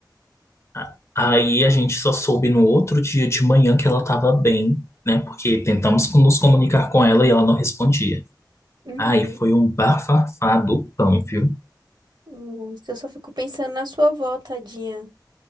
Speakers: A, on the left (about 35°); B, on the right (about 70°).
A: a- aí a gente só soube no outro dia de manhã que ela estava bem, né? Porque tentamos com- nos comunicar com ela e ela não respondia.
B: Uhum.
A: Ai, foi um bafafá do pão, viu?
B: Nossa, eu só fico pensando na sua avó, tadinha.